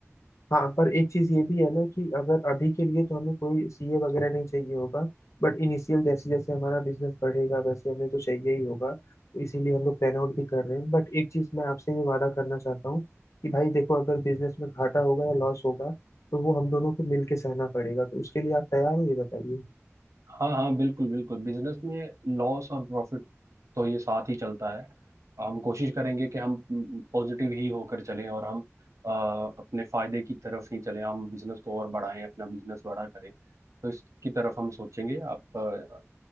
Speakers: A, on the left; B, on the right.
A: हाँ पर एक चीज ये भी है ना कि अगर अभी के लिए तो हमें कोई सीए वगैरह नहीं चाहिए होगा बट इनिशियल जैसे जैसे हमारा बिजनेस बढ़ेगा वैसे हमें तो चाहिए ही होगा तो इसीलिए हम लोग प्लान आउट भी कर रहे हैं बट एक चीज मैं आपसे ये वादा करना चाहता हूँ कि भाई देखो अगर बिजनेस में घाटा होगा या लॉस होगा तो वो हम दोनों को मिलके सहना पड़ेगा तो उसके लिए आप तैयार हो ये बताइए
B: हाँ हाँ बिल्कुल बिल्कुल बिजनेस में लॉस और प्रॉफिट तो ये साथ ही चलता है हम कोशिश करेंगे कि हम पॉजिटिव ही होकर चलें और हम अ, अपने फायदे की तरफ ही चलें हम बिजनेस को और बढ़ाएं अपना बिजनेस बड़ा करें तो इसकी तरफ हम सोचेंगे आप अ,